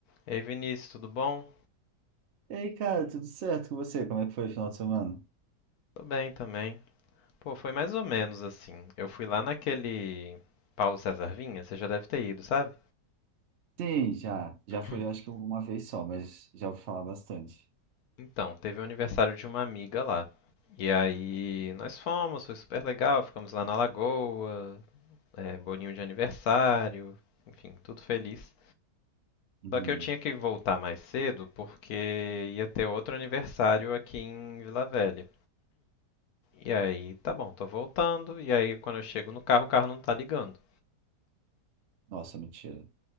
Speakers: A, on the left; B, on the right.
A: Ei, Vinícius, tudo bom?
B: Ei, cara, tudo certo com você? Como é que foi o final de semana?
A: Tô bem também. Pô, foi mais ou menos assim. Eu fui lá naquele Paulo César Vinha, você já deve ter ido, sabe?
B: Sim, já. Já
A: <clears throat>
B: fui, eu acho que uma vez só, mas já vou falar bastante.
A: Então, teve o aniversário de uma amiga lá. E aí nós fomos, foi super legal, ficamos lá na lagoa, é, bolinho de aniversário, enfim, tudo feliz.
B: Uhum.
A: Só que eu tinha que voltar mais cedo porque ia ter outro aniversário aqui em Vila Velha. E aí, tá bom, tô voltando, e aí quando eu chego no carro, o carro não tá ligando.
B: Nossa, mentira. <laughs>